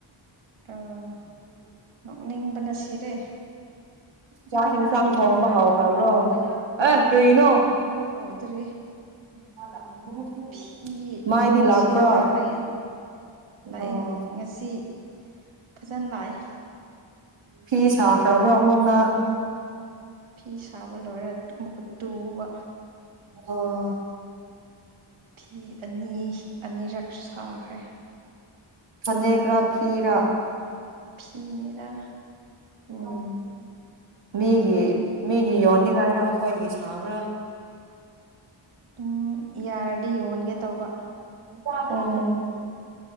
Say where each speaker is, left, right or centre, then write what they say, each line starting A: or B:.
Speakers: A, on the right; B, on the right.
A: ꯑꯥ꯫
B: <inaudible>
A: ꯅꯣꯛꯅꯤꯡꯕꯅ ꯁꯤꯔꯦ꯫
B: ꯆꯥꯛ ꯏꯟꯁꯥꯡ ꯊꯣꯡꯕ ꯍꯥꯎꯈ꯭ꯔꯕ꯭ꯔꯣ ꯑꯦ ꯀꯔꯤꯅꯣ꯫
A: ꯉꯧꯗ꯭ꯔꯤ꯫
B: <unintelligible>
A: ꯐꯤ
B: ꯃꯥꯏꯗꯤ ꯂꯥꯛꯄ꯭ꯔꯥ
A: ꯁꯦꯝꯔꯒ ꯂꯩꯌꯦ ꯂꯥꯛꯏ
B: ꯑꯣ
A: ꯉ ꯁꯤ ꯐꯖꯅ ꯂꯥꯛꯏ꯫
B: ꯐꯤ ꯁꯥꯈ꯭ꯔꯕ꯭ꯔꯣ ꯑꯃꯨꯛ ꯅꯪ꯫
A: ꯐꯤ ꯁꯥꯕ ꯂꯣꯏꯔꯒ ꯇꯨ ꯑꯃꯨꯛꯀ ꯇꯨꯕ꯫
B: ꯑꯣ
A: ꯐꯤ ꯑꯅꯤ ꯑꯅꯤꯔꯛ ꯁꯥꯈ꯭ꯔꯦ
B: ꯐꯅꯦꯛꯔꯥ ꯐꯤꯔꯥ
A: ꯐꯅꯦꯗ
B: ꯎꯝ ꯃꯤꯒꯤ ꯃꯤꯒꯤ ꯌꯣꯟꯅꯤꯡꯉꯥꯏꯔ ꯑꯩꯈꯣꯏꯒꯤ ꯁꯥꯕ꯭ꯔꯥ
A: ꯎꯝ ꯌꯥꯔꯗꯤ ꯌꯣꯟꯒꯦ ꯇꯧꯕ
B: ꯎꯝ